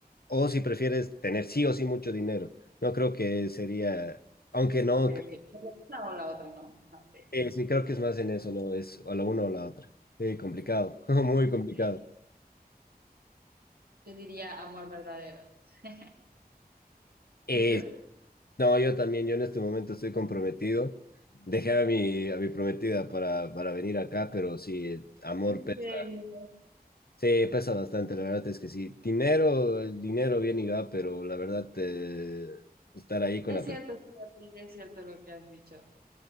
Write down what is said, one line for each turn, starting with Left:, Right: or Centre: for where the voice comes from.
Left: o si prefieres tener sí o sí mucho dinero. No creo que sería, aunque no,
Right: Ok, ok. Pero Una o la otra, ¿no? Ah, ok.
Left: eh, sí creo que es más en eso, ¿no? Es o la una o la otra. Sí, complicado, <laughs> muy complicado.
Right: Entonces, yo diría amor verdadero. <laughs>
Left: Eh,
Right: ¿Y tú?
Left: no, yo también, yo en este momento estoy comprometido. Dejé a mi, a mi prometida para, para venir acá, pero sí, amor
Right: En
Left: pesa.
Right: serio.
Left: Sí, pesa bastante, la verdad es que sí. Dinero, el dinero viene y va, pero la verdad, eh, estar ahí con
Right: Es
Left: la persona.
Right: cierto, fíjate, es cierto lo que has dicho.